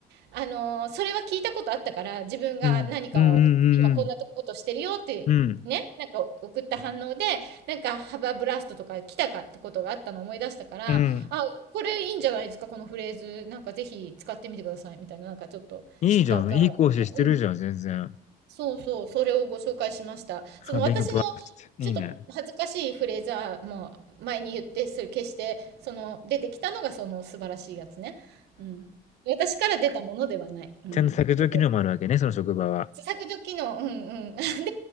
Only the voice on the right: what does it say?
あの、それは聞いたことあったから、自分が何かを、
今こんなとことしてるよって、
ね、なんか送った反応で、なんかハバーブラストとか来たかってことがあったのを思い出したから、
あ、これいいんじゃないですか、このフレーズ、なんかぜひ使ってみてください、みたいな、なんかちょっと知ったか、
ね
そうそう、それをご紹介しました。その私の
ちょっと恥ずかしいフレーズはもう前に言ってそれ決して、その出てきたのがその素晴らしいやつね。うん。私から出たものではない。うん。
けど、
削除機能、うんうん。<laughs> で、で